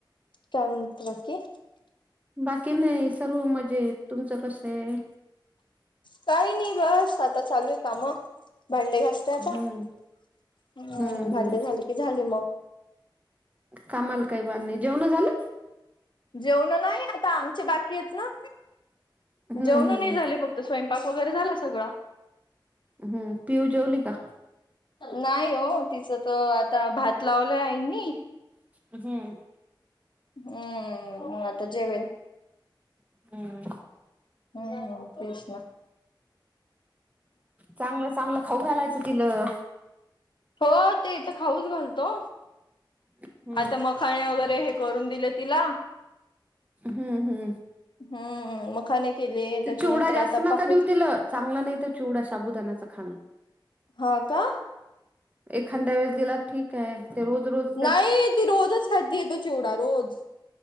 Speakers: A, on the left; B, on the right.
A: काय म्हण बाकी
B: बाकी नाही सर्व मजा येत तुमचं कसं आहे.
A: काही नाही बस आता चालू आहे काम भांडे घास चाचा
B: हम्म
A: हम्म
B: हम्म
A: भांडी
B: हम्म
A: झाली की झाल मग.
B: कामाला काही बाण नाही जेवण झाली.
A: जेवण नाही आता आमचे बाकी आहेत ना.
B: हम्म
A: जेवण
B: हम्म
A: नाही झाले फक्त स्वयंपाक वगैरे झाला सगळा.
B: हम्म पियू जेवली का.
A: नाही वो तिचं तो आता भात लावलाय आईनी.
B: हम्म.
A: हम्म म आता जेवेल.
B: हम्म
A: हम्म प्रश ना.
B: चांगलं चांगलं खाऊ घालायचं तिलं.
A: हो ते इथं खाऊच घालतो.
B: <unintelligible>
A: आता मखाने वगैरे हे करून दिले तिला.
B: हम्म हम्म.
A: हम्म मखाने केले
B: ते
A: त्याच्यानंतर
B: चिवडा जास्त
A: आता
B: नका
A: पाहू.
B: देऊ तिला चांगलं नाही ते चिवडा, शाबुदानाच खाणा.
A: हा का?
B: एखांद्या वेळेस दिला ठीक आहे, ते रोज-रोज
A: नाही ती रोजच खातीये तो चिवडा रोज.